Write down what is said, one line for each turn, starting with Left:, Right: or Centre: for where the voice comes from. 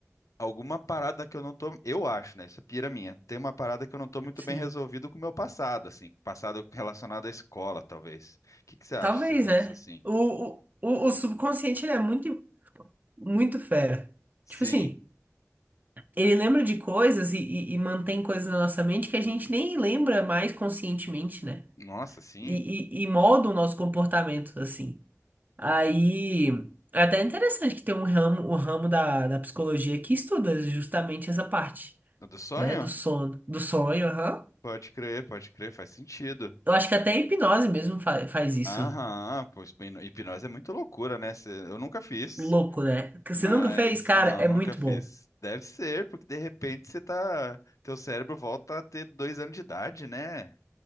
Left: alguma parada que eu não tô, eu acho, né? Isso é pira minha. Tem uma parada que eu não tô muito
Right: sim.
Left: bem resolvido com o meu passado, assim, passado relacionado à escola, talvez. O que que você acha
Right: Talvez,
Left: sobre
Right: né?
Left: isso, assim?
Right: O, o, o, o subconsciente, ele é muito, muito fera.
Left: Sim.
Right: Tipo assim. ele lembra de coisas e, e- e mantém coisas na nossa mente que a gente nem lembra mais conscientemente, né?
Left: Nossa, sim.
Right: E, e, e molda o nosso comportamento, assim. Aí, é até interessante que tem um ramo, o ramo da, da psicologia que estuda justamente essa parte,
Left: O Do sonho?
Right: né? Do sono, do sonho, aham.
Left: Pode crer, pode crer, faz sentido.
Right: Eu acho que até a hipnose mesmo fa- faz isso.
Left: Aham, pô, hipno- hipnose é muito loucura, né? Cê- Eu nunca fiz,
Right: Louco, né? Que
Left: mas
Right: Você nunca fez? Cara,
Left: não,
Right: é
Left: nunca
Right: muito
Left: fiz.
Right: bom.
Left: Deve ser, porque de repente você tá, teu cérebro volta a ter dois anos de idade, né?